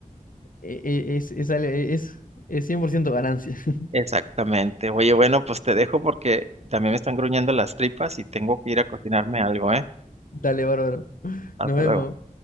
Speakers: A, on the left; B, on the right.
A: eh, eh, es, es, ale- es, es 100% ganancia. <laughs>
B: Exactamente. Oye, bueno, pues te dejo porque también me están gruñendo las tripas y tengo que ir a cocinarme algo, ¿eh?
A: Dale, bárbaro.
B: Hasta
A: Nos vemos.
B: luego.